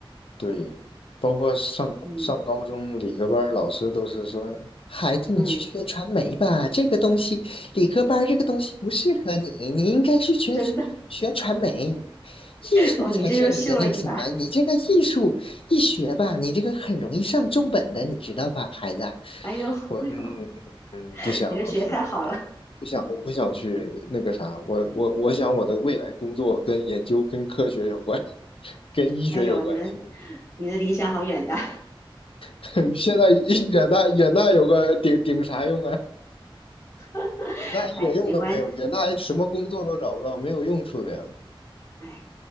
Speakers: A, on the left; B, on the left.
A: 对，包括上上高中理科班儿老师都是说，
B: 嗯
A: 孩子，你去学传媒吧，
B: 嗯，
A: 这个东西理科班儿这个东西不适合你，你应该去学
B: 真的，
A: 学传媒，艺术才是你的那个什么，
B: 哦，你这又秀了一把，
A: 你这个艺术一学吧，你这个很容易上重本的，你知道吧，孩子？
B: 哎呦哎呦，
A: 我嗯嗯不想，
B: <laughs> 你这学太好了，
A: 老师，我不想，我不想去那个啥，我我我想我的未来工作跟研究跟科学有关，<laughs> 跟医学有关系。
B: 哎呦，你们你的理想好远大，
A: <laughs> 现在一远大远大有个顶顶啥用啊？
B: <laughs>
A: 远大一点用都没有，
B: 哎，没关，系，
A: 远大什么工作都找不到，没有用处的呀。
B: 哎呀。